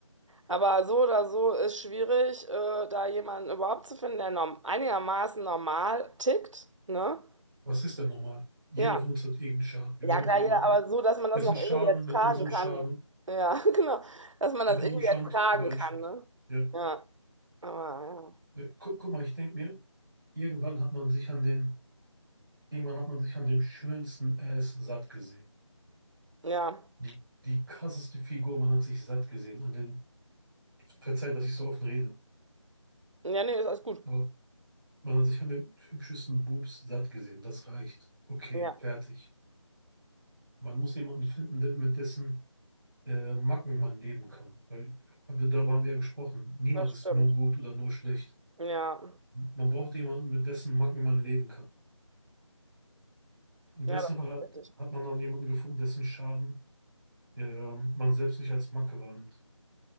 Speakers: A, on the right; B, on the right.
A: Aber so oder so ist schwierig, äh, da jemanden überhaupt zu finden, der norm einigermaßen normal tickt, ne?
B: Was ist denn normal? Jeder
A: Ja.
B: von uns hat irgendeinen Schaden. Wir
A: Ja,
B: brauchen
A: klar,
B: jemanden,
A: jeder, aber so, dass man das
B: dessen
A: noch
B: Schaden
A: irgendwie ertragen
B: mit unserem
A: kann.
B: Schaden,
A: Ja, <laughs> genau. Dass man
B: mit
A: das
B: unserem
A: irgendwie
B: Schaden
A: ertragen
B: übereinstimmt.
A: kann, ne?
B: Ja.
A: Ja, aber
B: Äh, Guck, guck mal, ich denke mir, irgendwann hat man sich an den, irgendwann hat man sich an dem schönsten Ass satt gesehen.
A: ja.
B: Die, die krasseste Figur, man hat sich satt gesehen. An dem, verzeiht, dass ich so offen rede,
A: Ja, ja nee, ist alles gut.
B: aber man hat sich an den hübschesten Boobs satt gesehen. Das reicht. Okay,
A: Ja,
B: fertig. Man muss jemanden finden, der, mit dessen äh, Macken man leben kann. Weil hab- darüber haben wir ja gesprochen. Niemand
A: das
B: ist
A: stimmt.
B: nur gut oder nur schlecht.
A: Ja.
B: Man braucht jemanden, mit dessen Macken man leben kann. Im
A: Ja,
B: besten
A: das
B: Fall
A: ist
B: hat,
A: richtig.
B: hat man dann jemanden gefunden, dessen Schaden ähm, man selbst nicht als Macke wahrnimmt.